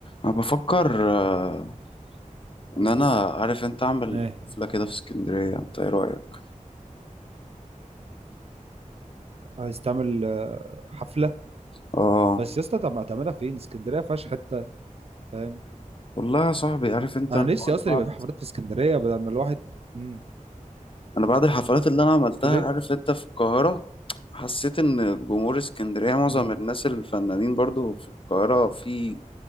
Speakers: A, on the left; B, on the right.
A: انا بفكر آه،
B: ليه-
A: ان انا عارف انت اعمل
B: ايه
A: حفله كده في اسكندريه انت ايه رايك
B: عايز تعمل آه، حفله
A: اه
B: بس يا اسطى طب ما هتعملها فين اسكندريه ما فيهاش حته فاهم
A: والله يا صاحبي عارف انت
B: انا
A: انا
B: نفسي
A: أنا
B: اصلا
A: بعد
B: يبقى في حفلات في اسكندريه بدل ما الواحد امم
A: انا بعد الحفلات اللي انا عملتها
B: قلت له ليه
A: عارف انت في القاهره حسيت ان جمهور اسكندريه معظم
B: امم
A: الناس الفنانين برضو في القاهره في